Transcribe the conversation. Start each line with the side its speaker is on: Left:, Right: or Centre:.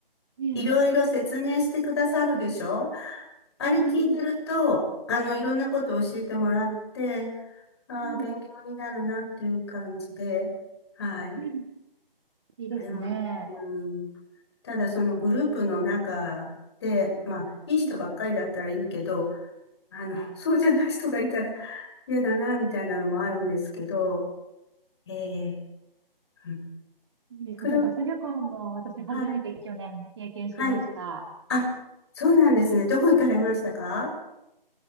Right: ええ、
Left: いろいろ説明してくださるでしょあれ聞いてると、
Right: うん、うん、
Left: あの、いろんなことを教えてもらって、ああ、
Right: うん、
Left: 勉強になるなっていう感じで、はい。
Right: うん。いいですね。
Left: あれも、うん、ただそのグループの中で、まあ、いい人ばっかりだったらいいけど、
Right: うん
Left: あの、そうじゃない人がいたら嫌だな、みたいなのもあるんですけど、えー、うん
Right: いいですね。
Left: くる、
Right: バス旅行も私初めて去年経験しました。
Left: はい、はい。あ、そうなんですね。どこ行かれましたか